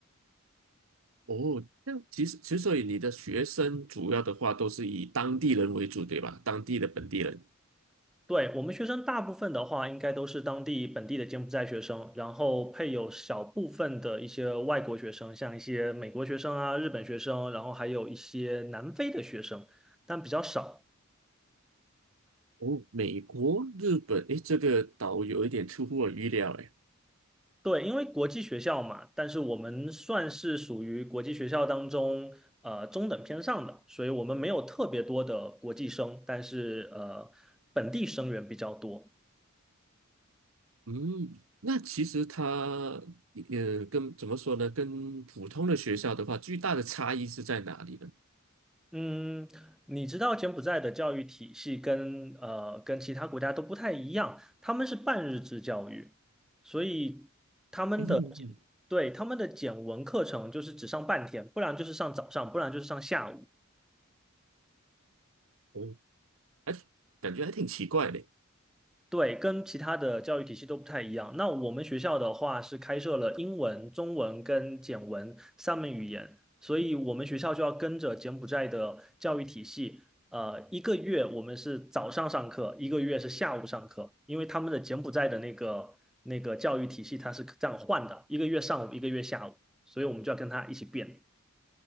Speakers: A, on the right; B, in the centre.
A: 哦，那其实其实所以你的学生主要的话都是以当地人为主，对吧？当地的本地人。
B: 对，我们学生大部分的话，应该都是当地本地的柬埔寨学生，然后配有小部分的一些外国学生，像一些美国学生啊、日本学生，然后还有一些南非的学生，但比较少。
A: 哦，美国、日本，诶，这个岛有一点出乎我预料，诶。
B: 对，因为国际学校嘛，但是我们算是属于国际学校当中呃中等偏上的，所以我们没有特别多的国际生，但是呃本地生源比较多。
A: 嗯，那其实它，呃，跟怎么说呢？跟普通的学校的话，最大的差异是在哪里呢？
B: 嗯，你知道柬埔寨的教育体系跟呃跟其他国家都不太一样，他们是半日制教育，所以他们的
A: 嗯哼嗯哼，
B: 对他们的简文课程就是只上半天，不然就是上早上，不然就是上下午。
A: 我哎，感觉还挺奇怪的。
B: 对，跟其他的教育体系都不太一样。那我们学校的话是开设了英文、中文跟简文三门语言，所以我们学校就要跟着柬埔寨的教育体系。呃，一个月我们是早上上课，一个月是下午上课，因为他们的柬埔寨的那个那个教育体系它是这样换的，一个月上午，一个月下午，所以我们就要跟他一起变。